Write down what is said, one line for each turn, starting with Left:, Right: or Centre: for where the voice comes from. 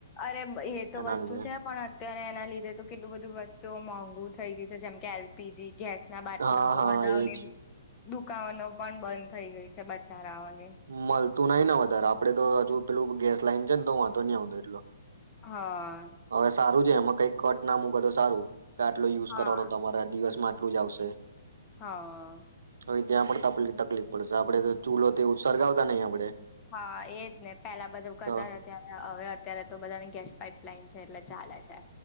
Left: અરે એ તો
Right: એના
Left: વસ્તુ
Right: લીધે
Left: છે પણ અત્યારે એના લીધે તો કેટલું બધું વસ્તુ મોંઘુ થઈ ગયું છે જેમ કે એલપીજી ગેસ ના બાટલાઓ
Right: હા હા
Left: અધા
Right: એજ
Left: ન દુકાવાનો. પણ બંધ થઈ ગઈ છે. <unintelligible>
Right: મલ. તું નઈ ને વધારે આપડે તો હજુ પેલું ગેસ લાઈન છે તો હું વાંધો નહીં આવ એટલો.
Left: હા.
Right: હવે સારું એમાં કઈક કટ ના મૂક તો સારું. આટલો યુઝ
Left: હા
Right: કરવાનો તમારા દિવસ માટે. એટલું જ આવશે.
Left: હા.
Right: હવે ત્યાં પણ તકલીફ પડશે આપડે ચૂલો. ઉત્સરગાાવતા નહીં આપડે.
Left: હા એજ ને પેલા બધા કરતા
Right: તો
Left: હતાત્યારે હવે અત્યારે તો બધા ગેસ પાપ લઇન છે એટલે ચાલે છે.